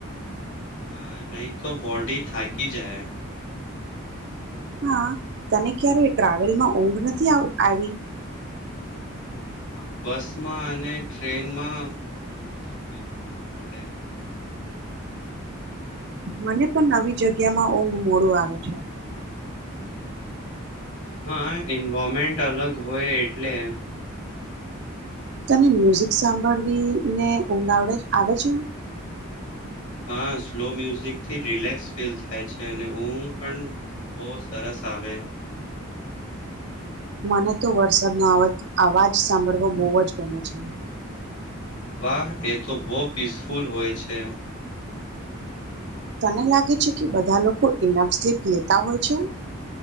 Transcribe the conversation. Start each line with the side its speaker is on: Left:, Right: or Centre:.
Left: હા નહીં તો બોડી થાકી જાય
Right: હા તને ક્યારે ટ્રાવેલમાં ઊંઘ નથી આ આવી?
Left: હા, બસમાં અને ટ્રેનમાં મુશ્કેલ પડે.
Right: મને પન નવી જગ્યામાં ઊંઘ મોડું આવે છે.
Left: હા એન્વારમેન્ટ અલગ હોય એટલે
Right: તને મ્યુઝિક સાંભળવીને ઊંઘ આવડે આવે છે?
Left: હા સ્લો મ્યુઝિકથી રિલેક્સ ફીલ થાય છે અને ઊંઘ પણ બો સરસ આવે.
Right: મને તો વરસાદનો અવાજ આવાજ સાંભળવો બહુ જ ગમે છે.
Left: વાહ એ તો બહુ પીસફુલ હોય છે.
Right: તને લાગે છે કે બધા લોકો ઇનફ સ્લીપ લેતા હોય છે?